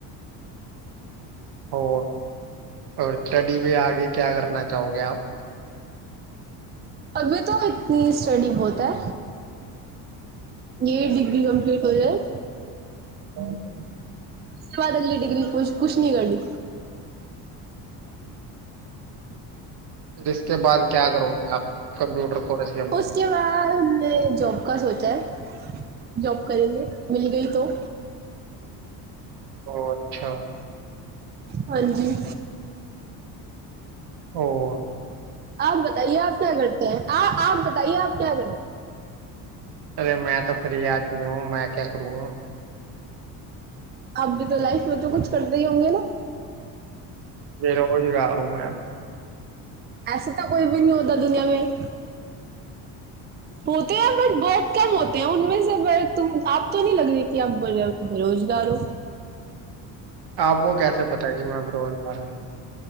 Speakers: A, on the right; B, on the right.
A: ਹੋਰ ਸਟੱਡੀ <unintelligible> ਮੈਂ ਆਗੇ ਕਿਆ ਕਰਨਾ ਚਾਹੋਗੇ ਆਪ।
B: ਅਭੀ ਤੋਂ ਇਤਨੀ ਸਟੱਡੀ ਬਹੁਤ ਹੈ। ਜੇ ਡਿਗਰੀ ਕੰਪਲੀਟ ਹੋ ਜਾਏ।
A: <unintelligible>
B: ਤੁਹਾਡੇ ਲਈ ਡਿਗਰੀ ਕੁੱਛ ਕੁੱਛ ਨਈ ਹੈਗਾ ਜੀ
A: ਫ ਇਸਕੇ ਬਾਅਦ ਕਿਆ ਕਰੋਗੇ ਆਪ ਕੰਪਿਊਟਰ ਕੋਰਸ ਕਿਆ
B: ਉਸਕੇ ਬਾਅਦ ਨੇ ਜ ਜੋਬ ਕਾ ਸੋਚਾ ਹੈ ਜੌਬ ਕਰੇਗੇ ਮਿਲ ਗਈ ਤੋਂ
A: ਉਹ ਅੱਛਾ
B: ਹਾਂਜੀ
A: ਹੋਰ
B: ਆਪ ਬਤਾਈਏ ਆਪ ਕਿਆ ਕਰਤੇ ਹੈ ਆਪ ਬਤਾਈਏ ਆਪ ਕਿਆ ਕਰ
A: ਅਰੇ ਮੈਂ ਤਾਂ ਫ੍ਰਰੀ ਆਦਮੀ ਹ ਮੈਂ ਕਿਆ ਕਰੂੰਗਾ
B: ਆਪ ਵੀ ਲਾਈਫ ਮੈਂ ਤਾਂ ਕੁੱਛ ਕਰਦੇ ਹੀ ਹੋਂਗੇ ਨਾ
A: ਬੇਰੁਜ਼ਗਾਰ ਹੋ ਮੈਂ
B: ਐਸੇ ਤਾਂ ਕੋਈ ਵੀ ਨਹੀਂ ਹੋਦਾ ਦੁਨੀਆਂ ਮੈਂ <unintelligible> ਹੋਤੇ ਹੈ ਬਟ ਬਹੁਤ ਕਮ ਹੋਤੇ ਹੈ ਉਮੇ ਬ ਤੁ ਆਪ ਤਾਂ ਨਹੀਂ ਲਗ ਰਹੇ ਕਿ ਆਪ ਬ ਬੇਰੋਜ਼ਗਾਰ ਹੋ
A: ਆਪ ਕੋ ਕੈਸੇ ਪਤਾ ਕਿ ਮੈਂ ਬੇਰੁਜ਼ਗਾਰ ਹੂੰ